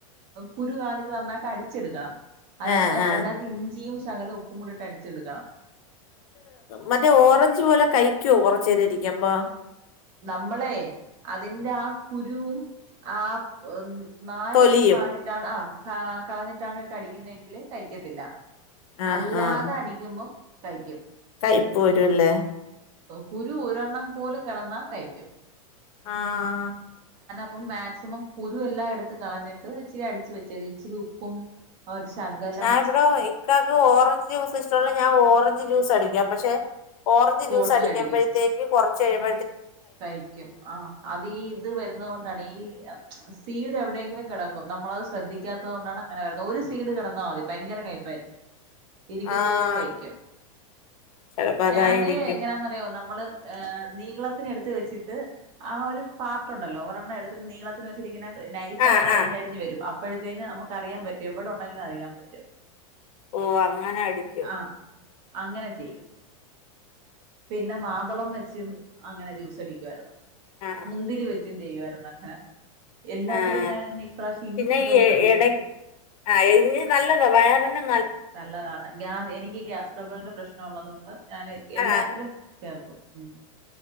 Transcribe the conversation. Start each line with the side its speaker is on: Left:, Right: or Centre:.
Right: കുരു കളഞ്ഞിട്ട് നന്നായിട്ട് അടിച്ചെടുക്കണം അതിനകത്ത്
Left: ആഹ് ആഹ്
Right: അതിനകത്ത് ഇഞ്ചിയും ശകലം ഉപ്പും കൂടിയിട്ട് അടിച്ചെടുക്കാ
Left: മറ്റേ ഓറഞ്ച് പോലെ കഴിക്കുവോ കുറച്ചനേരം ഇരിക്കുമ്പോ
Right: നമ്മളെ അതിന്റെ ആ കുരുവും ആ നാരു
Left: തൊലിയും
Right: ഒക്കെ കാണഞ്ഞിട്ടാണ് ആ കളഞ്ഞിട്ടാണ് ഇട്ട് അടിക്കുന്നതങ്കില് കഴിക്കത്തില്ല
Left: ആഹ്
Right: അല്ലാതെ
Left: ആഹ്
Right: അടിക്കുമ്പം തൈ
Left: കയ്പ്പ് വരുംല്ലേ
Right: കുരു ഒരെണ്ണം പോലും കിടന്നാ കഴിക്കും
Left: ആഹ
Right: അപ്പം മാക്സിമം കുരു എല്ലാം എടുത്ത് കളഞ്ഞിട്ട് ഇച്ചിരി അടിച്ച് വെച്ചേത് ഇച്ചിരി ഉപ്പും- ശകലം
Left: ഞാൻ ഇവിടോ ഇക്കക്ക് ഓറഞ്ച് ജ്യൂസി ഷ്ടമല്ല ഞാൻ ഓറഞ്ച് ജ്യൂസ് അടിക്ക- അ പക്ഷെ ഓറഞ്ച്
Right: തോട്ടിലടിക്കും
Left: ജൂസ് അടിക്കുമ്പഴത്തേക്ക് കുറച്ച്ഴുമ്പോഴ-
Right: കഴിക്കും ആ അത് ഈ ഇത് വരുന്നത് കൊണ്ടാണ് ഈ സീഡ് എവിടെയെങ്കിലും കിടക്കും നമ്മളത് ശ്രദ്ധിക്കാത്തത് കൊണ്ടാണ് അങ്ങനെ വരുന്നത് ഒരു സീഡ് കിടന്നാൽ മതി ഭയങ്കര കയ്പ്പായിയിരിക്കും. ഇരിക്കും
Left: ആഹ്
Right: തോറും കയിക്കും
Left: ചെലപ്പോ അതായിരിക്കും
Right: ഞാന് എങ്ങനാന്ന്റിയോ നമ്മള് ഏ നീളത്തി - എടുത്ത് വെച്ചിട്ട് ആ ഒരു പാർട്ടുണ്ടല്ലോ ഒരെണ്ണം എടുത്തിട്ട് നീളത്തിന് വെച്ചിട്ട ഇങ്ങനെ- നൈസ്
Left: ആ
Right: ആയിട്ട് അരിഞ്ഞ്
Left: ആ
Right: അരിഞ്ഞ് വരും അ ഇപ്പോഴത്തേനും നമ്മുക്ക് അറിയാൻ പറ്റും എവിടെ ഉണ്ടെങ്കിലും അറിയാൻ പറ്റും
Left: ഓ അങ്ങനെ അടിക്കും
Right: ആഹ് അങ്ങനെ ചെയ്യണം പിന്നെ മാതളം വെച്ചും അങ്ങനെ ജ്യൂസ്‌ അടിക്കുവാരുന്നു
Left: ആ
Right: മുന്തിരി വെച്ചും ചെയ്യുവായിരുന്നു <unintelligible>
Left: ആഅ
Right: ഞാനൊന്ന് ഇപ്രാവശ്യം ഇഞ്ചി
Left: പിന്നെ
Right: ഇട്ടൊന്ന്
Left: ഈ എ
Right: പരീക്ഷിച്ച്
Left: എ എടക്ക് ആ എ ഈ നല്ലതാ വയറിൻ ഒ
Right: നല്ലതാണ് ഗ്യാ എനിക്ക് ഈ ഗ്യാസ് ട്രബിളിന്റെ പ്രശ് നം ഒള്ളതുകൊണ്ട്- ഞാൻ എല്ലാത്തിലും
Left: ആ
Right: ചേർക്കും മ്